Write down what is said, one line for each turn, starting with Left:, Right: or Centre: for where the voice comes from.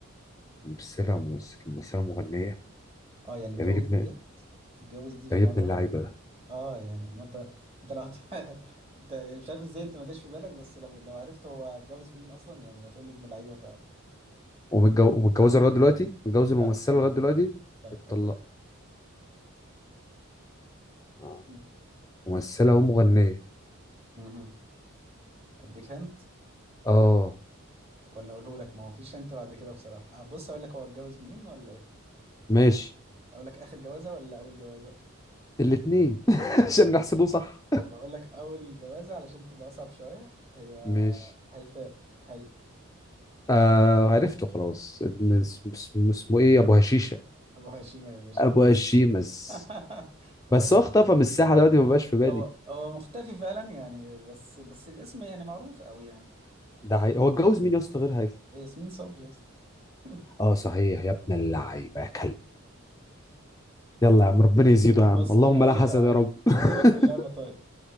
Left: بس لا ممثل بس لا مغنية
Right: اه يعني اتجوز
Left: جميل ابن
Right: دي اتجوز دي في
Left: جميل ابن
Right: مرة
Left: اللعيبه
Right: و...
Left: ده
Right: اه يعني ما انت انت لو هت... <laughs> انت مش عارف ازاي انت ما جاش في بالك بس لو لو عرفت هو اتجوز مين اصلا يعني هتقول لي ابن لعيبة ف
Left: ومتجو... ومتجوزه لغايه دلوقتي متجوز
Right: لا
Left: الممثله
Right: اتطلق
Left: لغايه دلوقتي
Right: لا
Left: اتطلقوا
Right: اتطلق
Left: اه
Right: مم.
Left: ممثله ومغنيه
Right: مهم. اديك هنت
Left: اه
Right: ولا اقوله لك ما هو فيش هنت بعد كده بصراحة آه بص اقول لك هو اتجوز مين ولا ايه
Left: ماشي
Right: اقول لك اخر جوازة ولا اول جوازة
Left: الاثنين <laughs> عشان نحسبه صح
Right: طب اقول لك اول جوازة علشان تبقى اصعب شوية هي
Left: ماشي
Right: هيفاء هيفاء
Left: آه عرفته خلاص مس-
Right: مم.
Left: مس- اسمه ايه ابو هشيشه
Right: ابو هشيمة يا باشا
Left: ابو هشيمس
Right: <laughs> ماشي
Left: بس هو اختفى من الساحه دلوقتي ما بقاش في بالي
Right: هو هو مختفي فعلا يعني بس بس الاسم يعني معروف قوي يعني
Left: ده حقيقي هو اتجوز مين يا اسطى غير هيثم
Right: ياسمين صبري يا اسطى <laughs>
Left: اه صحيح يا ابن اللعيبه يا كلب يلا يا عم ربنا يزيده
Right: طب
Left: يا عم
Right: بص
Left: اللهم
Right: انا اقول
Left: لا
Right: لك
Left: حسد
Right: على
Left: يا
Right: حاجه
Left: رب <laughs>
Right: انت ايه رايك في اللعبه طيب